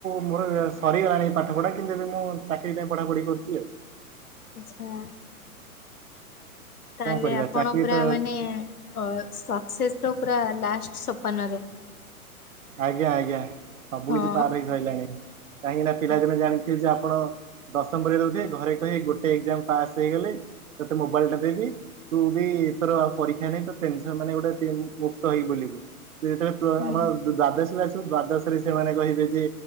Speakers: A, on the right; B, on the left.
A: ମୋର ସରିଗଲାଣି ପାଠ ପଢା କିନ୍ତୁ ଏବେ ମୁଁ ଚାକିରି ପାଇଁ ପଢାପଢି କରୁଛି ଆଉ।
B: ଆଚ୍ଛା। ତା
A: କଣ
B: ହେଲେ
A: କରିବା
B: ଆପଣ
A: ଚାକିରି
B: ପୁରା
A: ତ
B: ମାନେ ଅ-ସକ୍ସେସର ପୁର ଲାଷ୍ଟ ସୋପାନରେ।
A: ଆଜ୍ଞା ଆଜ୍ଞା। ସବୁ
B: ହଁ
A: କିିଛି ପାର ହେଇ ସାଇଲାଣି କାହିଁକି ନା
B: ହଁ
A: ପିଲାଦିନେ ଜାଣିଥିବେ ଯେ ଆପଣ ଦଶମ ପରେ ଦଉ ଘରେ କହି ଗୋଟେ ଏଜାମ ପାସ୍ ହେଇଗଲେ ତତେ ମୋବାଇଲ ଟା ଦେବି। ତୁ ବି ଏଥର ପରୀକ୍ଷା ପାଇଁ ତତେ ଏକ୍ଜାମ୍ ମାନେ ଗୋଟେ ମୁକ୍ତ ହେଇ ବୁଲିବୁ। ତୁ ଯେତେବେଳେ ପ୍ଲ
B: ହୁଁ
A: ଆମର ଦ୍ୱାଦଶକୁ ଆସିବୁ, ଦ୍ଵାଦଶରେ ସେମାନେ କହିବେ ଯେ